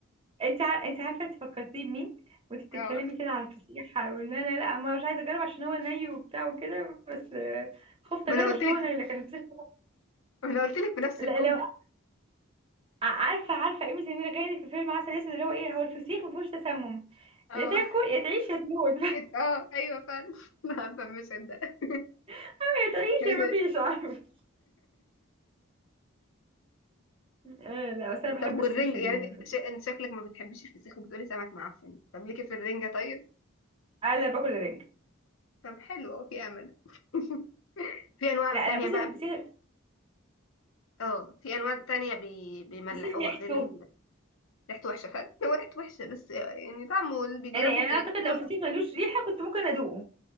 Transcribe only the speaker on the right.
انت عار- انت عارفه انت فكرتيه بمين وانت بتتكلمي
كده على الفسيخ وان انا لا ما مش عايزه اجرب عشان هو ني وبتاع وكده بس آه، خفت
اجرب
عشان
هو ني لكن الفسيخ
لا
لو ع- عارفه عارفه ايمي سمير غانم في فيلم عسل اسود اللي هو ايه هو الفسيخ ما فيهوش تسمم
يا تاكل يا تعيش يا تموت
<laughs> يا تعيش
يا ما فيش عارف آه، لا بس انا
بحب
السوشي
آه،
انا باكل رنج
لا
لا بصي
الفسيخ
الفسيخ ريحته
يعني يعني انا
اعتقد لو
الفسيخ ملوش ريحه كنت ممكن ادوقه